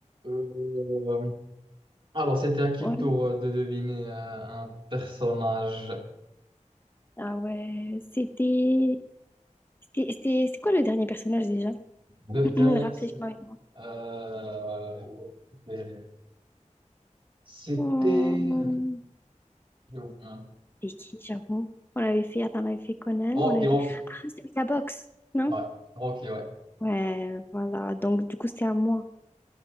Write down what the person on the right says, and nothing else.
Euh, alors, c'était à qui
le tour de deviner euh, un personnage?
Le
dernier,
c'est-
euh, c'était. c'était-
j'ai oublié.
Rocky,
Rocky.
Ouais, Rocky, ouais.